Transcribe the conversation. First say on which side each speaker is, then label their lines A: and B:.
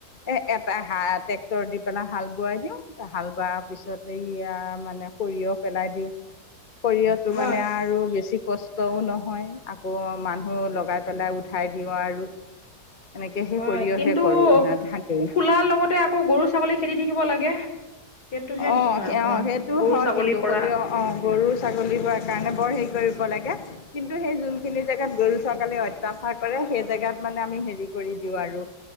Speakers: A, on the left; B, on the left.
A: এ এটা হা ট্ৰেক্টৰ দি পেলাই হাল বোৱাই দিওঁ তেতিয়া হাল বোৱাৰ পিছত এই'য়া মানে সৰিয়হ পেলাই দিওঁ
B: <inaudible>
A: শৰিয়হতো
B: হয়
A: মানে আৰু বেছি কষ্টও নহয়, আকৌ মানুহ লগাই পেলাই উঠাই দিওঁ আৰু। এনেকৈ সেই
B: হয়,
A: সৰিয়হে
B: কিন্তু
A: কৰোঁ না ধান
B: ফুলাৰ লগতে আকৌ গৰু-ছাগলী খেদি থাকিব লাগে। সেইটোহে
A: অঁ
B: দিগদাৰ অকমান
A: অ সেইটো
B: গৰু
A: হয়
B: ছাগলীৰ
A: কিন্তু,
B: পৰা
A: সৰিয়হ অ গৰু-ছাগলীব কাৰণে বৰ হেৰি কৰিব লাগে। কিন্তু সেই যোনখিনি জেগাত গৰু-চকালে অত্যাচাৰ কৰে সেই জেগাত মানে আমি হেৰি কৰি দিওঁ আৰু।